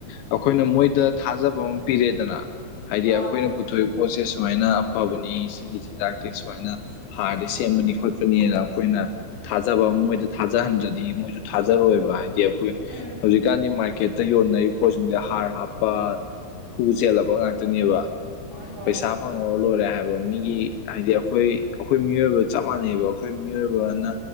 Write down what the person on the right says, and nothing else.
ꯑꯥ
ꯎꯝ
ꯍꯣꯏ ꯍꯣꯏ
ꯍꯣꯏ